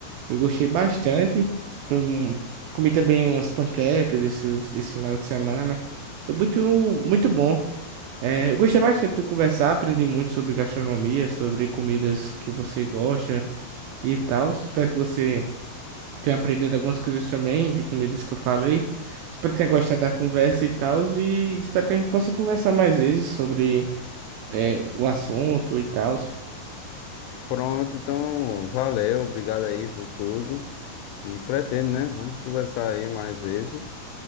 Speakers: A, on the right (about 80°); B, on the left (about 85°).
A: Eu gostei bastante. Foi um- Comi também umas panquecas esses, esse final de semana. Foi muito, muito bom. É, eu gostei bastante de conversar, aprendi muito sobre gastronomia, sobre comidas que você gosta e tal. Espero que você tenha aprendido algumas coisas também de comidas que eu falei. Espero que tenha gostado da conversa e tal. E espero que a gente possa conversar mais vezes sobre, é, o assunto e tal.
B: Pronto, então valeu, obrigado aí por tudo. E pretendo, né? Vamos conversar aí mais vezes.